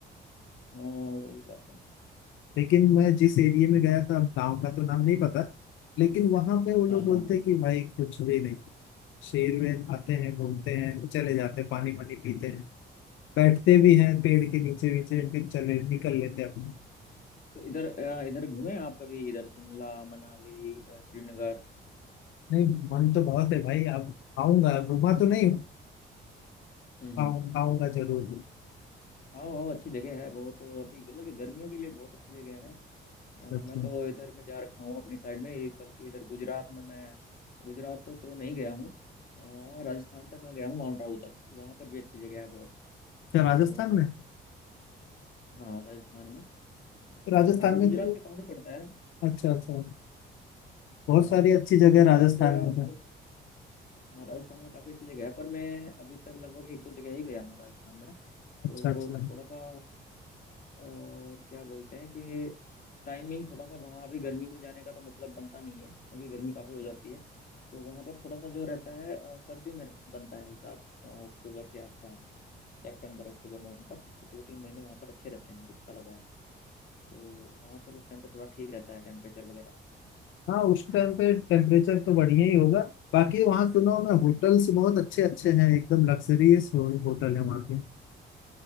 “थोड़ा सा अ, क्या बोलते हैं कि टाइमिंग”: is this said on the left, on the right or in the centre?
Left